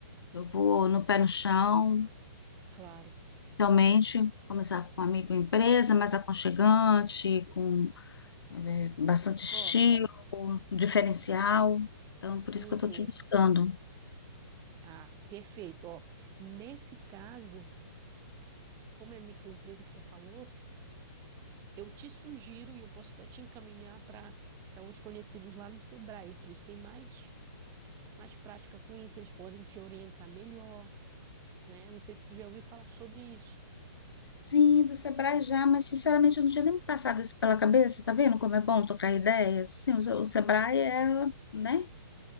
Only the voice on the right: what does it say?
Claro, claro.
Ó,
uhum.
Ah, perfeito. Ó, nesse caso, como é microempresa que tu falou, eu te sugiro e eu posso até te encaminhar para para uns conhecidos lá no Sebrae, que eles têm mais mais prática com isso, eles podem te orientar melhor, né? Não sei se tu já ouviu falar sobre isso.